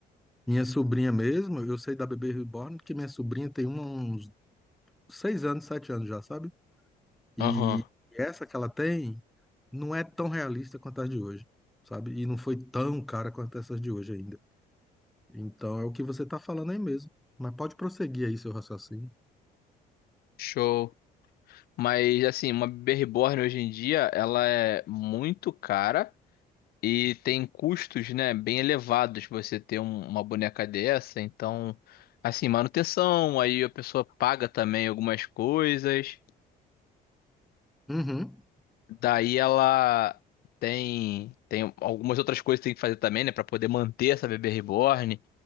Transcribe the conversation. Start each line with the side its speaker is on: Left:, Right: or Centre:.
Centre: Minha sobrinha mesmo, eu sei da Bebê Reborn, porque minha sobrinha tem uma- uns seis anos, sete anos já, sabe? E
Left: aham,
Centre: essa que ela tem não é tão realista quanto as de hoje, sabe? E não foi tão cara quanto essas de hoje ainda. Então é o que você tá falando aí mesmo. Mas pode prosseguir aí seu raciocínio.
Left: show. Mas assim, uma bebê reborn hoje em dia, ela é muito cara. E tem custos, né, bem elevados você ter um- uma boneca dessa. Então, assim, manutenção, aí a pessoa paga também algumas coisas.
Centre: Uhum.
Left: Daí ela tem tem algumas outras coisas que tem que fazer também, né, para poder manter essa bebê reborn.